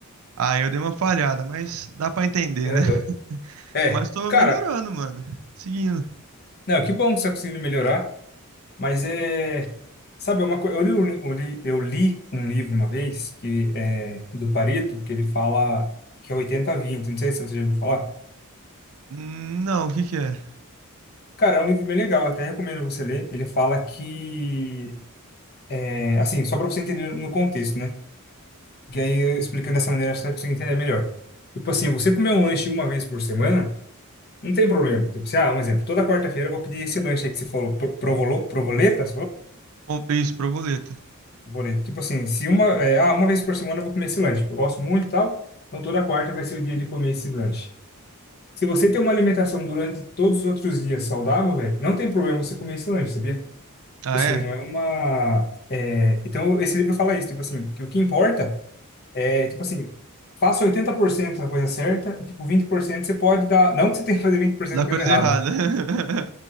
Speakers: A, on the right (about 65°); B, on the left (about 45°).
A: Aí eu dei uma falhada, mas dá pra entender,
B: Aham.
A: né? <laughs>
B: É,
A: Mas tô
B: cara,
A: melhorando, mano. Seguindo.
B: não, que bom que você tá conseguindo melhorar. Mas é. Sabe, é uma coisa. Eu li, um- eu li, eu li um livro uma vez, que é do Pareto, que ele fala que é oitenta a vinte Não sei se você já ouviu falar.
A: Hum, Não, o que que é?
B: Cara, é um livro bem legal, até recomendo você ler. Ele fala que. É, assim, só para você entender no contexto, né? Que aí, eu explicando dessa maneira, acho que você consegue entender melhor. Tipo assim, você comer um lanche uma vez por semana, não tem problema. Tipo assim, ah, um exemplo. Toda quarta-feira eu vou pedir esse lanche aí que você falou, pro- provolo, provoleta,
A: Bom, Isso, provoleta.
B: boleto. Tipo assim, se uma, é, ah, uma vez por semana eu vou comer esse lanche, porque eu gosto muito e tal, então toda quarta vai ser o dia de comer esse lanche. Se você tem uma alimentação durante todos os outros dias saudável, velho, não tem problema você comer esse lanche, sabia? Tipo
A: Ah,
B: assim,
A: é?
B: não é uma. é, então, esse livro fala isso, tipo assim, que o que importa é, tipo assim, faça 80% da coisa certa e, tipo, 20% você pode dar. Não que você tenha que fazer 20%
A: Dá
B: da coisa
A: coisa
B: errada,
A: errada. <laughs>